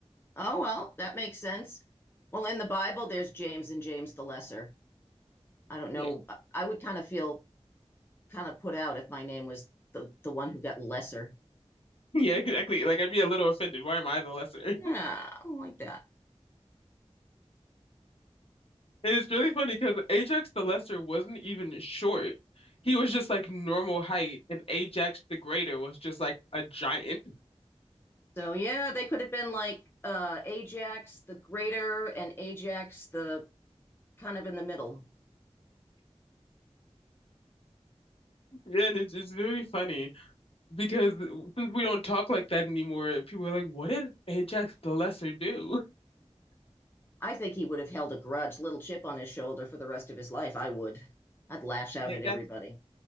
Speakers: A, on the left; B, on the left.
A: Oh, well, that makes sense. Well, in the Bible, there's James and James the Lesser. I don't know.
B: Yeah. <laughs>
A: I would kind of feel kind of put out if my name was the the one who got lesser.
B: Yeah, exactly. Like I'd be a little offended. Why am I the lesser?
A: Yeah, I don't like that.
B: And it's really funny because Ajax the Lesser wasn't even short. He was just like normal height, and Ajax the Greater was just like a giant. <laughs>
A: So yeah, they could have been like uh Ajax the Greater and Ajax the kind of in the middle.
B: Yeah, And it's it's very funny because since we don't talk like that anymore, people are like, "What did Ajax the Lesser do?" <laughs>
A: I think he would have held a grudge, little chip on his shoulder for the rest of his life. I would. I'd lash out
B: Like
A: at everybody.
B: that's